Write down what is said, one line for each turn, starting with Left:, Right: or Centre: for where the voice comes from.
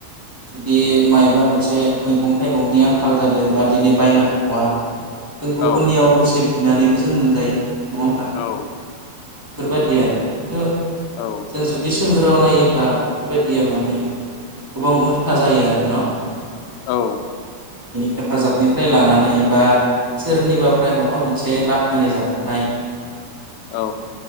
Right: जुदि मायबा मोनसे मैगं थाइगंनि आंखाल जादों बा दिनै बायनो हाथ'वा जों गुबुननियाव
Left: औ
Right: दसे। बिनानैबो जों मोनजायो। नङा होमबा
Left: औ।
Right: बेफोरबायदि आरो खिन्थु।
Left: औ
Right: जों जुदि सोहोराव। नायोबा बेफोर बायदिया माने गोबां उल्था जायो आरो न
Left: औ।
Right: हेफाजाबनिफ्राय लानानै बा सोरनिबाफ्राय माबा मोनसे लाबोनानै जाख'नाय।
Left: औ।